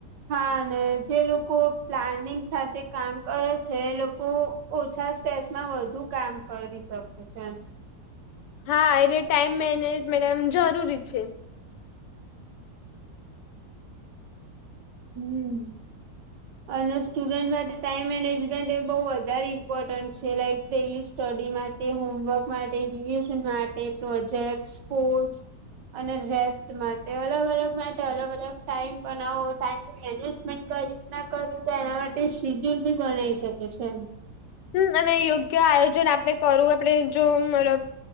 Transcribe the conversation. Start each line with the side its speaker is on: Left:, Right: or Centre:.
Right: હા ને જે લોકો પ્લાનિંગ સાથે કામ કરે છે એ લોકો ઓછા સ્ટ્રેસમાં વધુ કામ કરી શકે છે એમ.
Left: હા એટલે ટાઈમ મેનેજમેન એમ જરૂરી છે.
Right: હમ્મ <unintelligible> સ્ટુડન્ટ માટે ટાઈમ મેનેજમેન્ટ એ બહુ વધારે ઇમ્પોર્ટન્ટ છે લાઇક ડેલી સ્ટડી મા કે હોમવર્ક માટે <unintelligible> માટે પ્રોજેક્ટસ, સ્પોર્ટસ અને રેસ્ટ માટે અલગ અલગ માટે અલગ અલગ ટાઈમ બનાવો. ટાઈમની મેનેજમેન્ટ કઈ રીતના કરવું તો એના માટે સીડયુલ ભી બનાવી શકે છે એમ.
Left: હમ્મ અને યોગ્ય આયોજન આપણે કરવુ આપડે મતલબ